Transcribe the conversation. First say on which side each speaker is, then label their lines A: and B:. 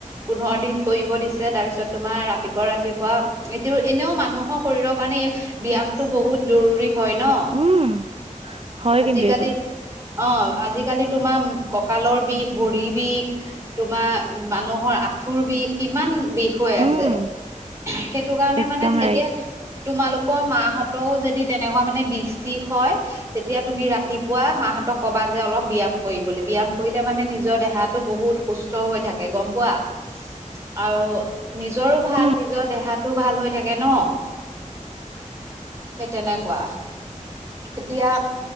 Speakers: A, on the right; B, on the right.
A: পোন্ধৰ দিন কৰিব দিছে। তাৰপিছত তোমাৰ ৰাতিপুৱা ৰাতিপুৱা এতিয়াও এনেও মানুহৰ শৰীৰৰ কাৰণে এ, ব্যায়ামটো বহুত জৰুৰী হয়। ন,
B: উম হয়
A: আজিকালি
B: কিন্তু এইটো
A: অ', হয় আজিকালি তোমাৰ ককালৰ বিষ ভৰি বিষ তোমাৰ মানুহৰ আঁঠুৰ বিষ কিমান বিষ হৈ
B: উম,
A: আছে। <unintelligible> সেইটোকাৰণে
B: একদম
A: মানে
B: ৰাইট।
A: এতিয়া তোমালোকৰ মাহঁতৰো যদি তেনেকুৱা মানে বিষ চিষ হয় তেতিয়া তুমি ৰাতিপুৱা মাহতক ক'বা যে অলপ ব্যায়াম কৰিবলে, ব্যায়াম কৰিলে মানে নিজৰ দেহাটো বহুত সুস্থ হৈ থাকে গম পোৱা। আৰু নিজৰো ভাল,
B: উম,
A: নিজৰ দেহাটো ভাল হৈ থাকে ন'। সেই তেনেকুৱা। এতিয়া